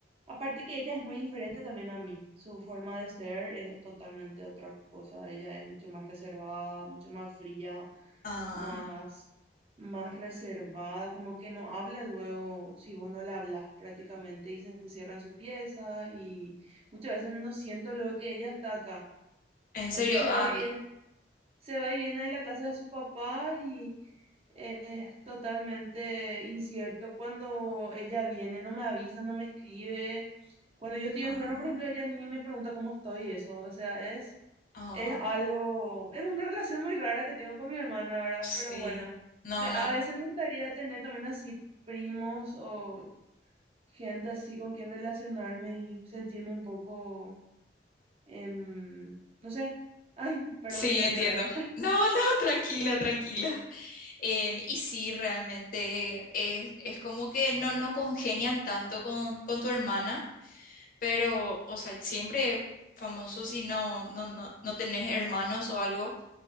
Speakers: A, on the right; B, on the left.
A: aparte que ella es muy diferente también a mí. Su forma de ser es totalmente otra cosa. Ella es mucho más reservada, mucho más fría
B: Ah.
A: más, más reservada, como que no habla luego si vos no le hablas prácticamente y se encierra en su pieza y muchas veces no siento luego que ella está acá,
B: En
A: porque
B: serio,
A: se
B: Abby.
A: va y viene, se va y viene de la casa de su papá y eh, es totalmente incierto cuando ella viene, no me avisa, no me escribe. Cuando yo estoy
B: Ah,
A: enferma, por ejemplo, ella ni me pregunta cómo estoy, y eso, o sea, es
B: ah,
A: es algo, es una relación muy rara que tengo con mi hermana, ¿verdad?
B: sí.
A: Pero bueno,
B: No,
A: me,
B: no.
A: a veces me gustaría tener también así primos o gente así con quien relacionarme y sentirme un poco, em, no sé, ay, perdón,
B: Sí,
A: voy
B: entiendo.
A: a llorar.
B: No, no, tranquila, tranquila. En- y sí, realmente es, es como que no, no congenian tanto con, con tu hermana, pero, o sea, siempre famoso si no, no, no, no tenés hermanos o algo.